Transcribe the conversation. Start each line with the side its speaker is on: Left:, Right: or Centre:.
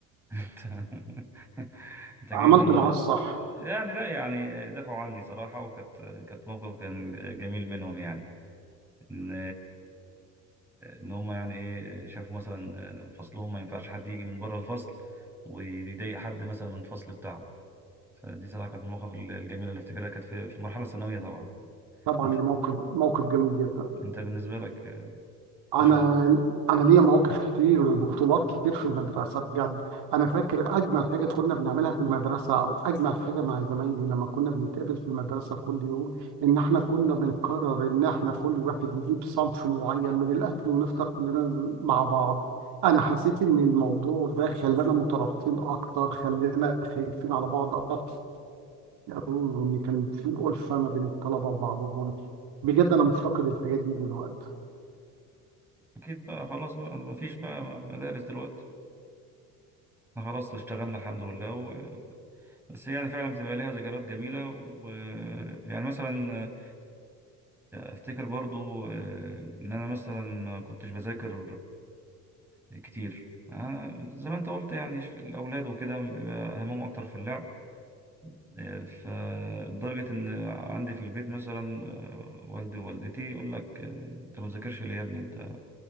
Centre: انت <laughs> انت جاي
Right: عملته
Centre: من
Right: معاه الصح
Centre: يعني لا يعني دفعوا عني صراحة وكانت كانت موقف كان جميل منهم يعني ان ان هم يعني ايه شافوا مثلا فصلهم ما ينفعش حد يجي من بره الفصل ويضايق حد مثلا من الفصل بتاعه فدي صراحة كانت من المواقف الجميلة اللي افتكرها كانت في في المرحلة الثانوية طبعا
Right: طبعا
Centre: انت
Right: دي موقف موقف جميل جدا
Centre: انت بالنسبة لك
Right: انا
Centre: أشهر
Right: انا ليا مواقف كتير وبطولات كتير في المدرسه بجد انا فاكر اجمل حاجه كنا بنعملها في المدرسه او اجمل حاجه مع زمايلي لما كنا بنتقابل في المدرسه كل يوم ان احنا كنا بنقرر ان احنا كل واحد يجيب صنف معين من الاكل ونفطر كلنا مع بعض انا حسيت ان الموضوع ده خلانا مترابطين اكتر خلانا خايفين على بعض اكتر وان كان في ألفة ما بين الطلبه وبعضهم بجد انا مفتقد الحاجات دي دلوقتي
Centre: أكيد بقى خلاص بقى ما فيش بقى مدارس دلوقتي احنا خلاص اشتغلنا الحمد لله بس هي يعني فعلا بتبقى ليها ذكريات جميلة و يعني مثلا آه، أفتكر برضو آه، إن أنا مثلا ما كنتش بذاكر آه، كتير آه، زي ما أنت قلت يعني ش- الأولاد وكده بيبقى همهم أكتر في اللعب آه، فلدرجة إن عندي في البيت مثلا آه، والدي ووالدتي يقول لك آه، أنت ما بتذاكرش ليه يا ابني أنت